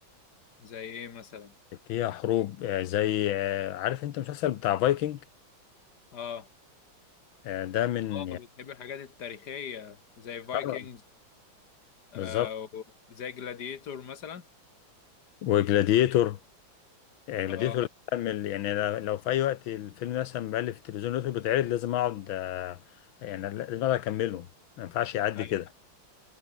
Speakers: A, on the left; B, on the left.
A: زي ايه مثلا
B: فيها حروب آه، زي آه، عارف انت المسلسل بتاع فايكنج
A: اه
B: آه، ده من يعني
A: اه بتحب الحاجات التاريخية زي فايكنجز
B: آه،
A: آه
B: بالظبط
A: زي جلاديتور مثلا
B: وجلاديتور آه، جلاديتور
A: اه
B: ده كان من- يعني ل- لو في اي وقت الفيلم مثلا بقى في التلفزيون لقيته بيتعرض لازم اقعد آه، يعني لازم اقعد اكمله ما ينفعش يعدي
A: ايوه
B: كده